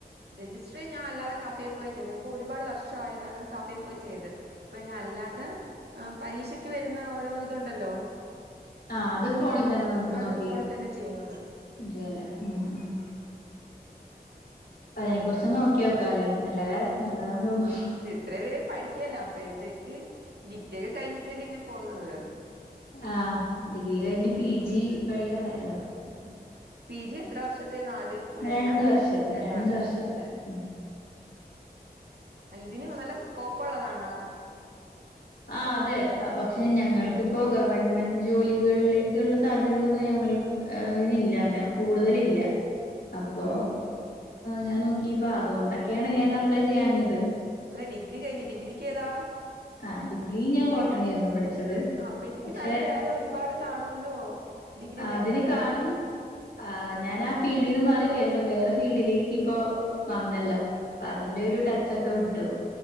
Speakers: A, on the right; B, on the left.
A: രജിസ്റ്റർ ഞാൻ അല്ലാതെ കഫയി പോയി ചെയ്തത് ഒരു പാട് വർഷം ആയതാണ് കഫയി പോയി ചെയ്ത്. ഇപ്പൊ ഞൻ അല്ലാതെ പരീക്ഷക്ക് വരുന്ന ഓരോ ഇതുണ്ടല്ലോ.
B: ആഹ് അത് ഫോണിൽ തന്നെ നമുക്ക്
A: അത്
B: നോക്കി
A: ഫോണിൽ തന്നെ ചെയ്യുന്നത്
B: ചെയ്യല്ലേ ഉം ഉം
A: ആ
B: പ്പതിനെ കുറിച്ച്ഒന്ന് നോക്കി നോക്കാല്ലെ നല്ലത നല്ലതാന്ന് തോണു
A: ഇത്രയും വരെ പഠിക്കല്ലോ അപ്പോഴത്തേക്ക് ഡിഗ്രിയ ഒക്കെ കഴിഞ്ഞിട്ടല്ലേ ഇതിന് പോന്നുന്നത്.
B: ആഹ് ഡിഗ്രി കഴിഞ്ഞ് പി ജി കഴിയാറായല്ലോ.
A: ഉം പി ജി എത്ര വർഷത്തെ നാല് രണ്ടോ
B: രണ്ട്
A: മൂ
B: വർഷത്തെ
A: രണ്ട് വർഷം.
B: വർഷത്തെ ഉം.
A: ഇതിന് നല്ല സ്കോപ്പ് ഉള്ളതാണ്
B: ആഹ് അതെ പക്ഷെ ഞങ്ങൾക്കിപ്പോ ഗവൺമെന്റ് ജോലികളിലേക്കുള്ള സാധ്യത ഒന്നും ഞങ്ങൾ. ഏഹ് ഇതില്ല അങ്ങനെ കൂടുതലില്ല. അപ്പോ
A: ആഹ്
B: ഞാൻ നോക്കിയപ്പോ അതുകൊണ്ടൊക്കെയാണ് ഞാനത് അപ്ലെ ചെയ്യാഞ്ഞത്.
A: അല്ല ഡിഗ്രി കഴിഞ്ഞാ ഡിഗ്രിക്ക് ഏതാ?
B: ആഹ് ഡിഗ്രി ഞാൻ ബോട്ടണി ആരുന്നു പഠിച്ചത്
A: ആഹ് അപ്പഴതിക്ക്
B: പക്ഷെ
A: നല്ല വേറെ ഒരുപാട് കാണുമല്ലോ ഡിഗ്രി
B: അതിന്
A: ലെവലിൽ പഠിച്ചെ
B: കാണും ആഹ് ഞാൻ ആ ഫീൽഡീന്ന് മാറി വീണ്ടും വേറെ ഫീൽഡിലേക്ക് ഇപ്പോ വന്നല്ലോ. അപ്പൊ അതിന്റെ ഒരു ടച്ചൊക്കെ വിട്ടു.